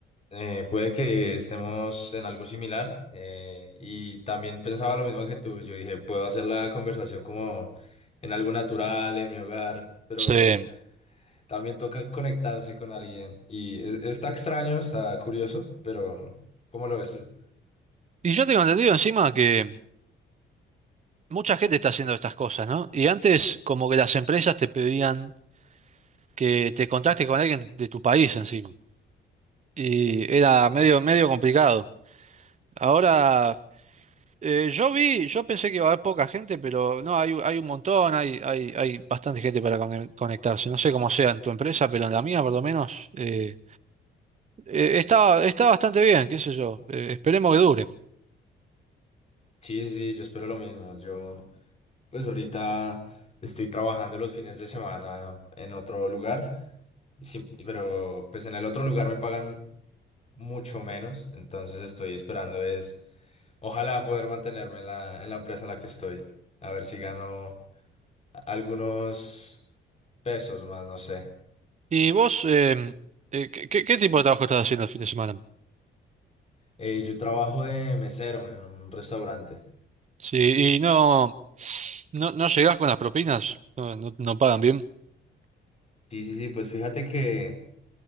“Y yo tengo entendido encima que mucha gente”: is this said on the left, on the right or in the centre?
Right